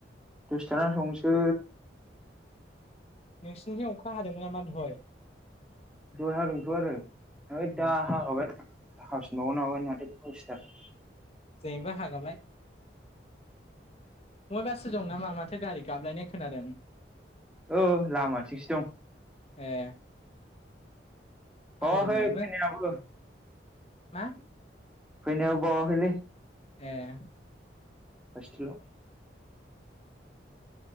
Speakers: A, in the centre; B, on the left.
A: दसे थाना संनोसै।
B: नोंसिनिथिं अखा हादोंमोन नामा दहय?
A: दहाय हादोंमोनथ आरो ओइ
B: उम
A: दा हागाबाय। <unintelligible> <unintelligible> <inaudible>
B: जोंनाबो हागाबाय मयबासो दं नामा माथो गारि गाबलायनाय खोनादों
A: औ लामाथिंसो दं।
B: ए
A: बावाखै
B: आं रुमावनो
A: फैनायाबो
B: मा
A: फैनायाबो बावाखैलै
B: ए।
A: हसटेलाव